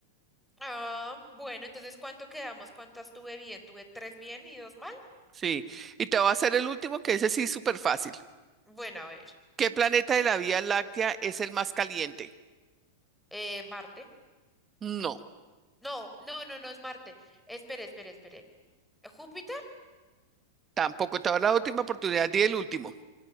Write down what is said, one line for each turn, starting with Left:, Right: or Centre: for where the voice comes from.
Centre: Ah, bueno, entonces, ¿cuánto quedamos? ¿Cuántas tuve bien? ¿Tuve tres bien y dos mal?
Right: Sí. Y te voy a hacer el último, que ese sí es súper fácil.
Centre: Bueno, a ver,
Right: ¿Qué planeta de la Vía Láctea es el más caliente?
Centre: eh, Marte.
Right: No,
Centre: No, no, no, no es Marte. Espere, espere, espere. ¿Júpiter?
Right: tampoco. Te voy a dar la última oportunidad y el último.